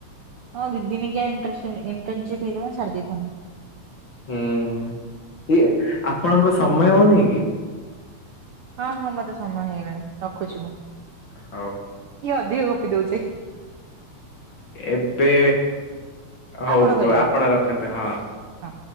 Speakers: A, on the right (about 70°); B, on the left (about 45°).
A: ହଁ ଦିଦିନ ଇଣ୍ଟରନସିପ ହେଇିବ ଛାଡି ଦେଇଥାନ୍ତି।
B: ହୁଁ, ଏ ଆପଣଙ୍କ ସମୟ ହଉନି କି?
A: ହଁ, ହଁ, ମତେ ସମୟ ହେଇଗଲାଣି, ରଖୁଛି ମୁଁ
B: ହଉ।
A: ଅଧି ଗୋପି ଦଉଛି <unintelligible>
B: ଏବେ, ହଉ
A: ଆପଣ କରିବେ
B: ଆପଣ ରଖନ୍ତୁ, ହଁ
A: ହଁ।